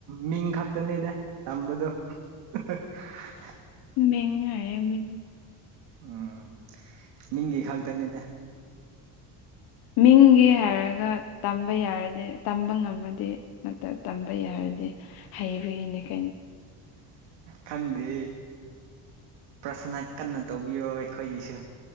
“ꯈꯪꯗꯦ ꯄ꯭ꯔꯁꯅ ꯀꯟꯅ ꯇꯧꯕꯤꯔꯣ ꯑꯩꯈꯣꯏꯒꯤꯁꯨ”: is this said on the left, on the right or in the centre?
Right